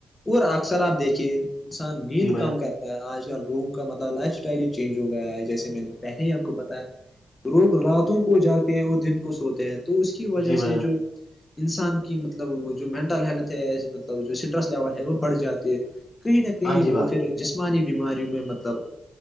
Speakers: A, on the left; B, on the left.
A: اور اکثر آپ دیکھیے انسان نیند
B: جی بھائی
A: کم
B: جان
A: کرتا ہے آج کل روم کا مطلب لائف اسٹائل چینج ہو گیا ہے جیسے میں نے پہلے ہی آپ کو بتایا لوگ راتوں کو جاگے ہیں اور دن کو سوتے ہیں تو اس کی وجہ
B: جی بھائی
A: سے
B: جان
A: جو انسان کی مطلب جو مینٹل ہیلتھ ہے مطلب جو سٹرس لیول ہے وہ بڑھ جاتی ہے کہیں نہ کہیں
B: ہاں جی
A: وہ
B: بھائی
A: پھر جسمانی بیماریوں میں مطلب